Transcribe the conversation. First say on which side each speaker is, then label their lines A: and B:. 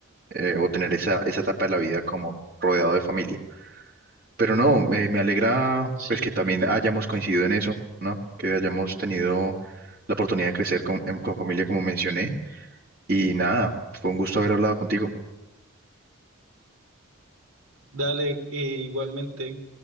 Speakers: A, on the right; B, on the right.
A: eh, o tener esa, esa etapa de la vida como rodeado de familia. Pero no, eh, me alegra
B: Sí,
A: pues que también hayamos coincidido en eso, ¿no? Que hayamos tenido la oportunidad de crecer con, en- con familia, como mencioné. Y nada, fue un gusto haber hablado contigo.
B: dale, eh, igualmente.